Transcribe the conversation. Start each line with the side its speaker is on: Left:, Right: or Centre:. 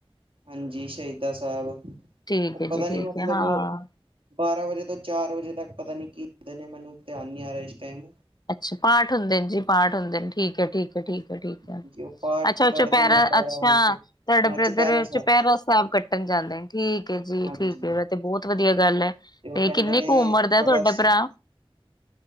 Right: ਹਾਂਜੀ ਸ਼ਹੀਦਾ ਸਾਹਿਬ ਉਹ
Left: ਠੀਕ ਹੈ
Right: ਪਤਾ
Left: ਜੀ ਠੀਕ
Right: ਨੀ ਮਤਲਬ
Left: ਹੈ ਹਾਂ
Right: ਬਾਰਾਂ ਵਜੇ ਤੋਂ ਚਾਰ ਵਜੇ ਤੱਕ ਪਤਾ ਨੀ ਕਰਦੇ ਨੇ ਮੈਨੂੰ ਧਿਆਨ ਨੀ ਆ ਰਿਹਾ ਇਸ ਟਾਇਮ
Left: ਅੱਛਾ ਪਾਠ ਹੁੰਦੇ ਨੇ ਜੀ ਪਾਠ ਹੁੰਦੇ ਨੇ ਠੀਕ ਹੈ- ਠੀਕ ਹੈ -ਠੀਕ ਹੈ
Right: ਹਾਂਜੀ ਉਹ ਪਾਠ
Left: ਅੱਛਾ
Right: ਪੜ੍ਹਦੇ
Left: ਚੁਪਹਿਰਾ
Right: ਨੇ ਬਾਰਾਂ
Left: ਅੱਛਾ
Right: ਵਜੇ ਤੱਕ
Left: ਤੁਹਾਡਾ
Right: ਹਾਂ
Left: ਬ੍ਰਦਰ
Right: ਚੁਪਹਿਰਾ
Left: ਚੁਪਹਿਰਾ ਸਾਹਿਬ ਕੱ ਟਣ ਜਾਂਦੇ ਨੇ <unintelligible> ਠੀਕ ਹੈ ਜੀ
Right: ਹਾਂਜੀ
Left: ਠੀਕ ਹੈ ਵੈਸੇ ਬਹੁਤ ਵਧੀਆ ਗੱਲ ਏ
Right: ਉਹ
Left: ਤੇ
Right: ਕਹਿੰਦੇ
Left: ਕਿੰਨੀ
Right: ਨੇ
Left: ਕੁ ਉਮਰ ਦਾ
Right: ਬੜਾ
Left: ਤੁਹਾਡਾ
Right: ਸ-
Left: ਭਰਾ